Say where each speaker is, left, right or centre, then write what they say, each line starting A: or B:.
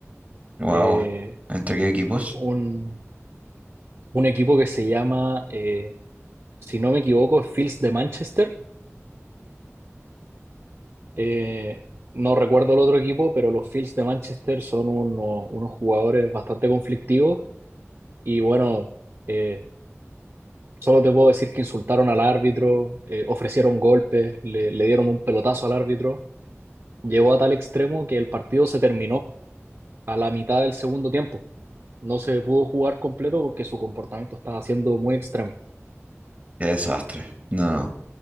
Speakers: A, on the right; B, on the right.
A: Wow.
B: Eh,
A: ¿Entre qué equipos?
B: un, un equipo que se llama, eh, si no me equivoco, Fields de Manchester. Eh, no recuerdo el otro equipo, pero los Fields de Manchester son uno- unos jugadores bastante conflictivos y bueno... eh, Solo te puedo decir que insultaron al árbitro, eh, ofrecieron golpes, le, le dieron un pelotazo al árbitro. Llegó a tal extremo que el partido se terminó a la mitad del segundo tiempo. No se pudo jugar completo porque su comportamiento estaba siendo muy extremo.
A: Qué desastre. No. no.